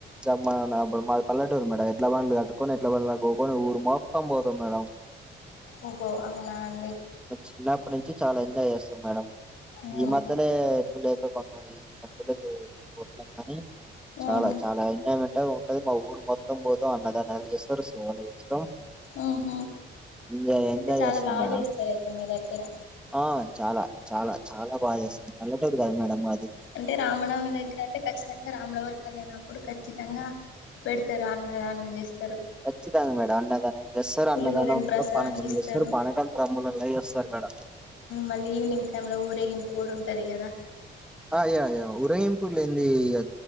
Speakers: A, in the centre; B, on the left (about 85°).
A: జమా ఆడ మాది పల్లె టు మేడం ఎడ్ల బండ్లు కట్టుకొని ఎట్లా బన్లో కుకొని ఊరు మొత్తం పోతాం మేడం
B: ఓహో అవునా అండి
A: చిన్నప్పటి నుంచి చాలా ఎంజాయ్ చేస్తాం మేడం
B: ఉమ్
A: ఈ మధ్యనే గుడి అయితే కొందయి మంతలేదు పోతన్నాం కానీ చాలా
B: ఉమ్
A: చాలా ఎంజాయ్మెంట్ అంట ఉంటది మా ఊరు మొత్తం పోతా అన్నదానాలు చేస్తారు సేవలు చేస్తాం
B: ఆహ
A: ఎంజాయ్
B: అయితే
A: ఎంజాయ్
B: చాలా
A: చేస్తాం
B: బాగా
A: మేడం
B: చేస్తారయితే మీ దగ్గర
A: ఆ చాలా చాలా చాలా బాగా చేస్తాం పల్లె టూ మేడం అది
B: అంటే రామనవమి దగ్గర అంటే ఖచ్చితంగా రాముల వారి కళ్యాణం అప్పుడు ఖచ్చితంగా పెడతారు అన్నదానం చేస్తారు
A: కచ్చితంగా మేడం అన్నదానం చేస్తారు
B: పులిహోరను
A: అన్నదానం
B: ప్రసాదంగా
A: కూడా పానకం
B: ఇస్తారు
A: చేస్తారు పానకం డ్రమ్ములలో చేస్తారు మేడం
B: మళ్ళీ ఈవినింగ్ టైం లో ఊరేగింపు కూడా ఉంటది కదా
A: అ అయ్యా అయ్యా ఊరేగింపు లేన్ది. ఆ